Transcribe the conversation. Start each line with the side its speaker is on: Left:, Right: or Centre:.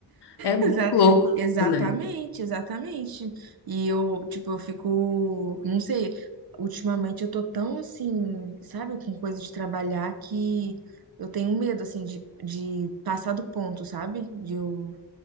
Left: É muito
Right: Exa-
Left: louco
Right: exatamente,
Left: isso, né?
Right: exatamente. E eu, tipo, eu fico, não sei, ultimamente eu tô tão assim, sabe, com coisa de trabalhar que eu tenho medo, assim, de, de passar do ponto, sabe? De eu